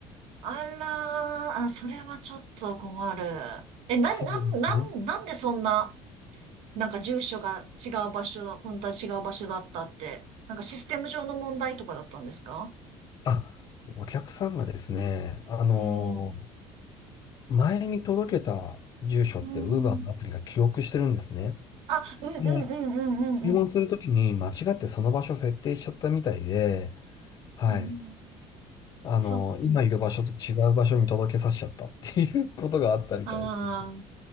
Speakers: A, on the right; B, on the left.
A: あらー、あ、それはちょっと困る。え、な、
B: そうですね。
A: な、な、なんでそんな、なんか住所が違う場所だ、本当は違う場所だったって、なんかシステム上の問題とかだったんですか
B: あ、お客さんがですね、あの、
A: うん。
B: 前に届けた住所って
A: うん。
B: Uber のアプリが記憶してるんですね。
A: あ、うんうんうんうんうんうん。
B: で、注文するときに間違ってその場所設定しちゃったみたいで、はい。
A: うん、
B: あの、
A: そっか。
B: 今いる場所と違う場所に届けさせちゃったっていうことがあったみたいですね。
A: ああ、